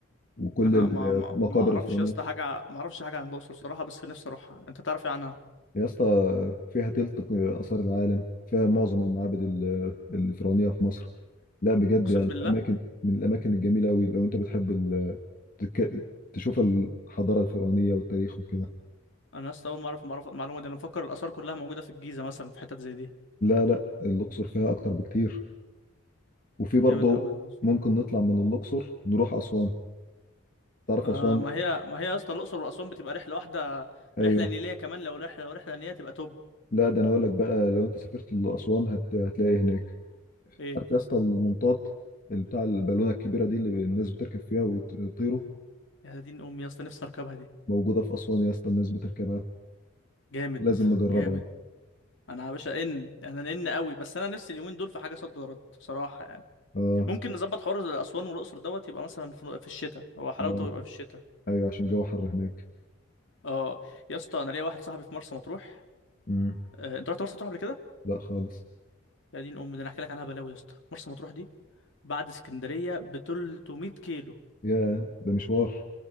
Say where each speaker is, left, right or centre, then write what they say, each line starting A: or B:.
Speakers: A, on the left; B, on the left.
A: وكل
B: أه
A: المقابر
B: ما ما ما اعرفش
A: الفرعونية
B: يا اسطى حاجه ما اعرفش حاجه عن الاقصر صراحه بس نفسي اروحها انت تعرف ايه عنها
A: يا اسطى فيها تلت آثار العالم فيها معظم المعابد ال- الفرعونية في مصر لا بجد
B: اقسم
A: يعني الأماكن
B: بالله
A: من الأماكن الجميلة أوي لو أنت بتحب ال... تك... تشوف الحضارة الفرعونية والتاريخ وكده
B: انا لسه اول ما اعرف المعرفة- المعلومه دي انا مفكر الاثار كلها موجوده في الجيزه مثلا في حتت زي دي
A: لا لا الأقصر فيها أكتر بكتير وفي
B: ده
A: برضه
B: جامد قوي ده يا اسطى.
A: ممكن نطلع من الأقصر نروح أسوان تعرف
B: آه
A: أسوان
B: ما هي ما هي يا اسطى الاقصر واسوان بتبقى رحله واحده
A: أيوه
B: رحله نيليه كمان لو رحله لو رحله نيليه تبقى توب
A: لا ده أنا هقول لك بقى لو أنت سافرت لأسوان هت... هتلاقي إيه هناك
B: ايه
A: عارف يا اسطى المنطاد اللي بتاع البالونة الكبيرة دي اللي الناس بتركب فيها وتطيروا
B: يا دين امي يا اسطى نفسي اركبها دي
A: موجودة في أسوان يا اسطى الناس بتركبها
B: جامد
A: لازم نجربها
B: جامد انا يا باشا ان انا ان قوي بس انا نفسي اليومين دول في حاجه صد رد بصراحه يعني
A: اه
B: ممكن نظبط حوار اسوان والاقصر دوت يبقى مثلا في في الشتاء هو حلاوته
A: اه
B: يبقى في الشتاء
A: ايوه عشان الجو حر هناك
B: اه يا اسطى انا ليا واحد صاحبي في مرسى مطروح
A: مم.
B: آه، انت رحت مرسى مطروح قبل كده
A: لا خالص
B: يا دين امي ده انا هحكي لك عنها بلاوي يا اسطى مرسى مطروح دي بعد اسكندريه ب 300 كيلو
A: يا ده مشوار